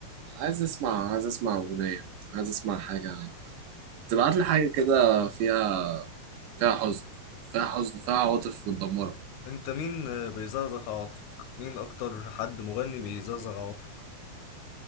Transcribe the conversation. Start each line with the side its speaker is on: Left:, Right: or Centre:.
Right: عايز اسمع عايز اسمع اغنيه عايز اسمع حاجه تبعت لي حاجه كده فيها فيها حزن فيها حزن فيها عواطف متدمره
Left: انت مين آه، بيزغزغ عواطفك مين اكتر حد مغني بيزغزغ عواطفك